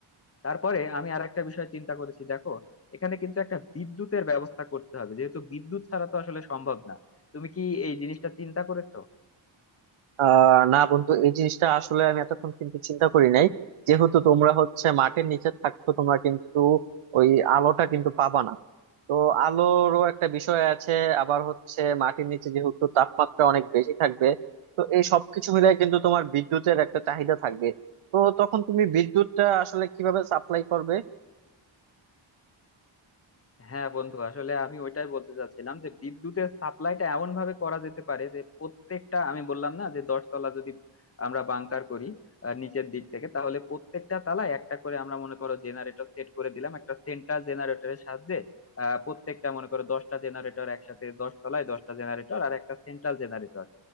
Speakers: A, on the left; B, on the right.
A: তারপরে আমি আর একটা বিষয় চিন্তা করেছি দেখো এখানে কিন্তু একটা বিদ্যুতের ব্যবস্থা করতে হবে যেহেতু বিদ্যুৎ ছাড়া তো আসলে সম্ভব না তুমি কি এই জিনিসটা চিন্তা করেছো
B: আহ না বন্ধু এই জিনিসটা আসলে আমি এতক্ষণ কিন্তু চিন্তা করি নাই যেহেতু তোমরা হচ্ছে মাটির নিচে থাকছো তোমরা কিন্তু ওই আলোটা কিন্তু পাবা না তো আলোরও একটা বিষয় আছে আবার হচ্ছে মাটির নিচে যেহেতু তাপমাত্রা অনেক বেশি থাকবে তো এই সবকিছু মিলে কিন্তু তোমার বিদ্যুতের একটা চাহিদা থাকবে তো তখন তুমি বিদ্যুৎটা আসলে কিভাবে সাপ্লাই করবে
A: হ্যাঁ বন্ধু আসলে আমি ওইটাই বলতে চাচ্ছিলাম যে বিদ্যুতের সাপ্লাইটা এমন ভাবে করা যেতে পারে যে প্রত্যেকটা আমি বললাম না যে দশতলা যদি আমরা বাংকার করি আহ, নিচের দিক থেকে তাহলে প্রত্যেকটা তলায় একটা করে আমরা মনে করো জেনারেটর সেট করে দিলাম একটা সেন্ট্রাল জেনারেটরের সাহায্যে আহ, প্রত্যেকটা মনে করো দশটা জেনারেটর একসাথে দশ তলায় দশটা জেনারেটর আর একটা সেন্ট্রাল জেনারেটর